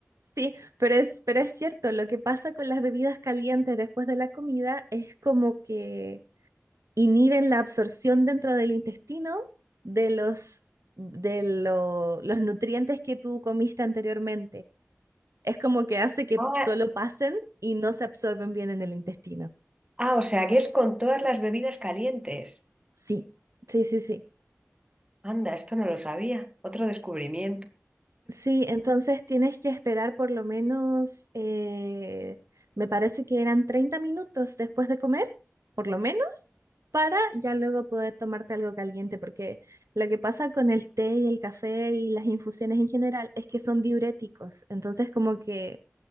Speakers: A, on the right (about 85°); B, on the right (about 20°).
A: Sí, pero es, pero es cierto, lo que pasa con las bebidas calientes después de la comida es como que inhiben la absorción dentro del intestino de los, de lo- los nutrientes que tú comiste anteriormente. Es como que hace que
B: Ah,
A: solo pasen y no se absorben bien en el intestino.
B: ah, o sea que es con todas las bebidas calientes.
A: Sí, sí, sí, sí.
B: Anda, esto no lo sabía. Otro descubrimiento.
A: Sí, entonces tienes que esperar por lo menos, eh, me parece que eran 30 minutos después de comer, por lo menos, para ya luego poder tomarte algo caliente, porque lo que pasa con el té y el café y las infusiones en general es que son diuréticos, entonces como que